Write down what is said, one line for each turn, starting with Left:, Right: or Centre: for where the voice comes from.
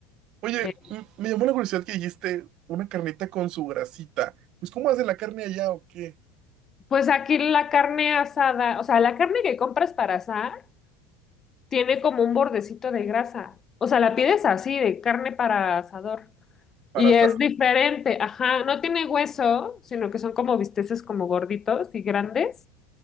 Right: Oye,
Left: Eh,
Right: m- me llamó la curiosidad que dijiste una carnita con su grasita. Pues, ¿cómo hacen la carne allá o qué?
Left: pues aquí la carne asada, o sea, la carne que compras para asar tiene como un bordecito de grasa. O sea, la pides así, de carne para asador.
Right: Para
Left: Y
Right: asar.
Left: es diferente, ajá, no tiene hueso, sino que son como bisteces como gorditos y grandes,